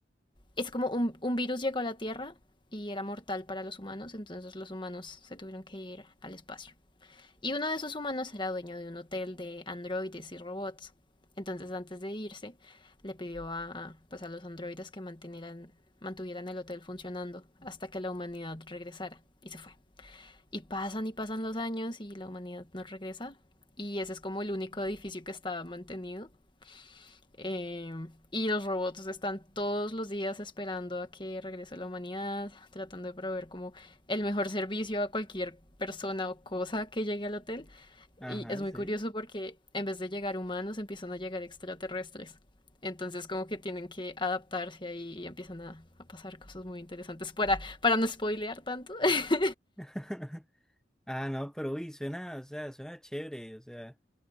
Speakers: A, on the left; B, in the centre.
A: Es como un, un virus llegó a la Tierra y era mortal para los humanos, entonces los humanos se tuvieron que ir al espacio. Y uno de esos humanos era dueño de un hotel de androides y robots. Entonces antes de irse, le pidió a, pues, a los androides que mantuvieran el hotel funcionando hasta que la humanidad regresara. Y se fue. Y pasan y pasan los años y la humanidad no regresa. Y ese es como el único edificio que está mantenido. Eh, y los robots están todos los días esperando a que regrese la humanidad, tratando de proveer como el mejor servicio a cualquier persona o cosa que llegue al hotel.
B: Ajá,
A: Y es muy
B: sí.
A: curioso porque en vez de llegar humanos empiezan a llegar extraterrestres. Entonces como que tienen que adaptarse ahí y empiezan a, a pasar cosas muy interesantes para, para no spoilear tanto. <laughs>
B: <laughs> Ah, no, pero uy, suena, o sea, suena chévere, o sea.